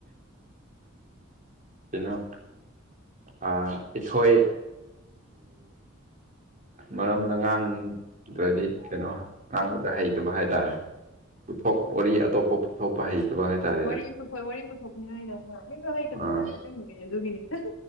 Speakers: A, on the right; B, on the left.
A: ꯀꯩꯅꯣ ꯑꯩꯈꯣꯏ ꯃꯔꯝꯅ ꯉꯥꯡꯗꯗꯤ ꯀꯩꯅꯣ ꯑꯉꯥꯡꯕꯗ ꯍꯩꯇꯕ ꯍꯥꯏꯇꯥꯔꯦ ꯄꯨꯊꯣꯛ ꯋꯥꯔꯤ ꯑꯇꯣꯞꯄ ꯄꯨꯊꯣꯛꯄ ꯍꯩꯇꯕ ꯍꯥꯏꯇꯥꯔꯦꯗ
B: <unintelligible> ꯈꯣꯏ ꯋꯥꯔꯤ ꯄꯨꯊꯣꯛꯅꯤꯡꯉꯥꯏꯗꯣ ꯍꯩꯖꯨ ꯍꯩꯇꯕꯅꯦ
A: ꯑꯥ
B: ꯍꯥꯏꯕ ꯑꯁꯦꯡꯕꯒꯤ ꯑꯗꯨꯒꯤꯅꯤꯗꯥ